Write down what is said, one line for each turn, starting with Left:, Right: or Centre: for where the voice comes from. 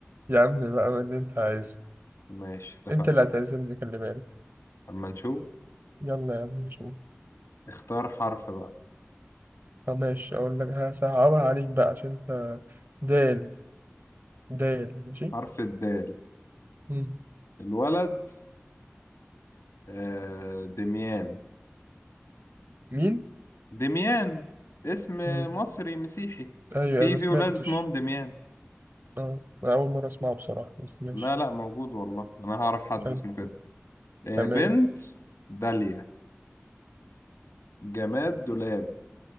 Right: يا عم بقى اللي أنت عايزه
Left: ماشي اتفقنا
Right: أنت اللي هتعزمني خلي بالك
Left: اما نشوف
Right: يلا يا عم نشوف
Left: اختار حرف بقى
Right: طب ماشي أقول لك هصعبها عليك بقى عشان أنت دال دال ماشي
Left: حرف الدال
Right: مم.
Left: الولد آه، دميان
Right: مين؟
Left: دميان اسم
Right: مم.
Left: مصري مسيحي
Right: أيوة
Left: في
Right: أيوة ما
Left: في
Right: سمعتش
Left: ولاد اسمهم دميان
Right: أه أنا أول مرة أسمعه بصراحة بس ماشي
Left: لا لا موجود والله انا هعرف حد
Right: أيوة
Left: اسمه كده آه،
Right: تمام
Left: بنت داليا جماد دولاب